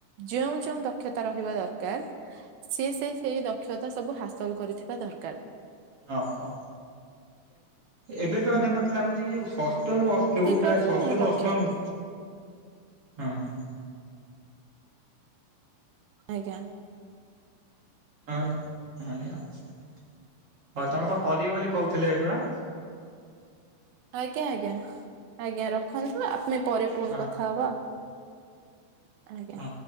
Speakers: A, on the right; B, on the right.
A: ଯେଉଁ ଯେଉଁ ଦକ୍ଷତା ରହିବା ଦରକାର ସିଏ ସେଇ ସେଇ ଦ କ୍ଷତା ସବୁ ହାସଲ କରିଥିବା ଦରକାର।
B: ହଁ ହଁ ଏବେ ବି ମଧ୍ୟ ମୋତେ ଲାଗୁଛି ଯୋଉ ଷଷ୍ଠରୁ ଅ
A: ଏମିତିକା
B: କେଉ କ୍ଲାସ
A: ହିଁ
B: ଷଷ୍ଠ ରୁ
A: ଲକ୍ଷ୍ୟ
B: ଅଷ୍ଟମ ହଁ
A: ଆଜ୍ଞା
B: ହଁ ଆଜ୍ଞା ଆଉ ତମେ କଣ କରିବ ବୋଲି କହୁଥିଲେ ଏବେ ବା
A: ଆଜ୍ଞା ଆଜ୍ଞା ଆଜ୍ଞା ରଖନ୍ତୁ ଆମେ ପରେ ପୁଣି
B: ହଁ।
A: କଥା ହବା ଆଜ୍ଞା
B: ହଁ।